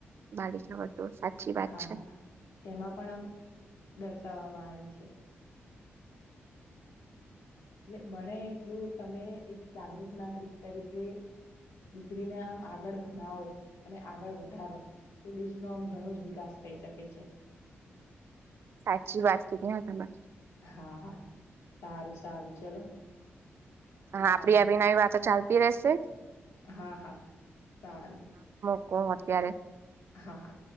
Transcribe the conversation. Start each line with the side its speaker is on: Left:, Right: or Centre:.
Right: બાલિકા વર્તુળ સાચી વાત
Left: હા,
Right: છે
Left: હ તેમા પણ આમ દર્શાવવામા આવ્યુ છે. એટલે બણે એટલુ, તમે એક જાગૃત નાગરિક તરીકે દીકરીને, આમ આગળ ભણાવો અને આગળ વધારો તો દેશનો આમ ઘણો જ વિકાસ થઈ શકે છે.
Right: સાચી વાત છે, ક તમે
Left: હા, સારુ સારુ ચલો
Right: હા, આપડી
Left: આવજો.
Right: આવી નવી વાતો ચાલતી રહેશે
Left: હા, હા સારુ
Right: કોણ અત્યારે
Left: હા, હા